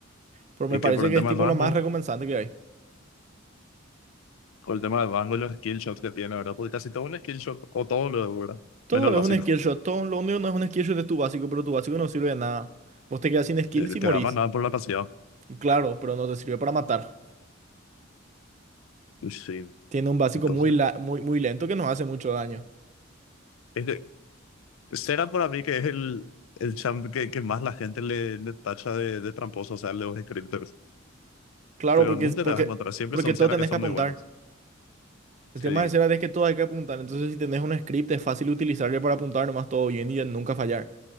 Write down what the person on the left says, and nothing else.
Y
que por el
tema
del rango,
por el tema del rango y los skill shots que tiene, ¿verdad? Porque casi todo un skill shot o todo lo, ¿verdad?
Menos el básico.
Eh,
Te
da más nada por la pasividad.
Y Sí,
entonces
Es que Sega para mí que es el, el champ que, que más la gente le, le tacha de, de tramposo, o sea, los scripters.
Pero
nunca
te vas a encontrar, siempre
son
Sega
que son
muy buenos.
Sí.